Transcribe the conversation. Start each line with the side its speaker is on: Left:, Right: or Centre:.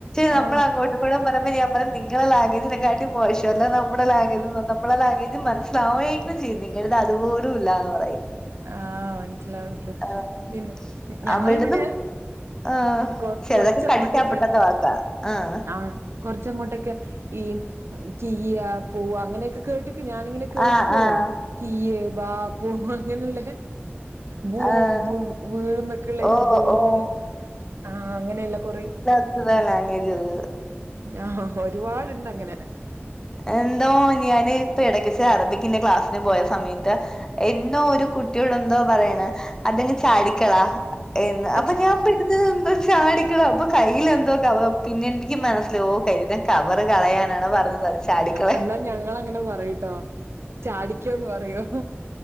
Left: നമ്മൾ
Right: ആ
Left: അങ്ങോട്ട് <unintelligible> പറഞ്ഞപൊ ഞാൻ പറയും നിങ്ങളെ ലാംഗവേജിനെക്കാട്ടി മോശോ അല്ല നമ്മുടെ ലാംഗ്വേജ് നമ്മുടെ ലാംഗ്വേജ് മതി ലാവെങ്കിലും ചെയ്യും നിങ്ങളടത് അതുപോലും ഇല്ലന്ന് പറയും
Right: ആഹ് മനസിലാവുന്നത്
Left: ആഹ്
Right: പിന്നെ ഞങ്ങളിവിടെ
Left: അവരുടേതും ആഹ്
Right: കൊ
Left: ചെലത്
Right: കൊറച്ചങ്ങോട്ടൊക്കെ
Left: കടിച്ചാപ്പൊട്ടാത്തെ വക്കാ ആഹ്
Right: ആഹ് കൊറച്ചങ്ങോട്ടൊക്കെ ഈ കീയ പൂവ അങ്ങനെയൊക്കെ കേട്ടി ഞാനിങ്ങനെ കേൾക്കുവല്ലോ
Left: ആഹ് ആഹ്
Right: കീയ് ബാപ്പു അങ്ങനെയുള്ള ബും
Left: ആഹ്
Right: ബും വീളന്നൊക്കെയള്ളതിന്
Left: ഓഹ്
Right: ഭൂവും
Left: ഓഹ്
Right: ആഹ് അങ്ങനെയല്ല കൊറെ
Left: അത് <unintelligible> ലാംഗ്വേജ് അത്
Right: ഞാ ഹൊ ഹൊ ഒരു പാട് ഉണ്ട് അങ്ങനെ
Left: എന്തോ ഞാന് ഇപ്പ ഇടകിച്ച് അറബിക്കിന്റെ ക്ലാസ്സിന് പോയ സമയത്ത് എന്തോ ഒരു കുട്ടിയോട് എന്തോ പറയാണ് അതങ്ങ് ചാരിക്കള എന്ന്
Right: അച്ഛ
Left: അപ്പം ഞാൻ പെടും ന്ന് ഇത് എന്താ ചാടിക്കണം അപ്പൊ കയ്യിൽ എന്തൊ കവ പിന്നെ എനിക്ക് മനസ്സില ഓ കരുത കവറ് കളയാനാണ് പറഞ്ഞത് ചാടിക്കളയാൻ
Right: അന്നാ ഞങ്ങ അങ്ങനെ പറയട്ടോ ചാടിക്കോന്ന് പറയോ